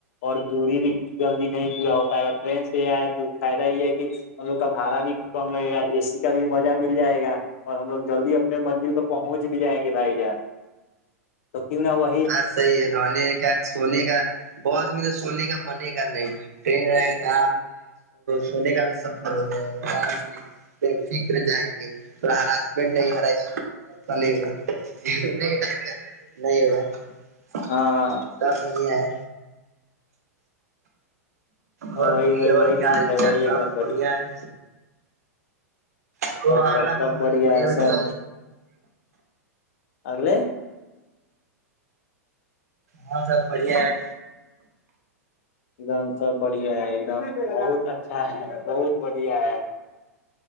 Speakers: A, on the left (about 60°); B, on the right (about 75°).
A: اور دوری بھی جلدی نہیں پورا ہو پائے گا ٹرین سے یہ تو فائدہ یہ ہے کہ ہم لوگ کا بھڑا بھی کم لگے گا اے سی کا بھی م <unintelligible> مل جائے گا اور ہم لوگ جلدی اپنے مندل تک پہنچ بھی جائیں گے بھائی جان تو کیوں نہ وہ
B: ا صای رہنے کا سونے کا بس م توے سونے کا بنے گا نہیں ٹرین رہائے گ تھا سونے کا بھی سب ہو جائے گا آرام سے فکر جائیں گی تو ہرا ہسبینڈ نہیں ہا اسکول ہوا نہیں نہیں ہوگا <inaudible>
A: ہاں
B: سب بڑھیا ہے اور
A: وہی
B: بولیے
A: وہی وہی
B: اور کیا
A: ٹھیک
B: ح
A: ہے
B: چل
A: وہی
B: صاح
A: ایک دم
B: بڑھیا ہے تو
A: سب
B: آگلہ
A: سب سب
B: منے
A: بڑھیا
B: مئی
A: ہے
B: بتل
A: سب اگلے
B: ہاں سب بڑھیا ہے
A: ایک دم سب بڑھیا ہے ایک دم بہت اچھا ہے بہت بڑھیا ہے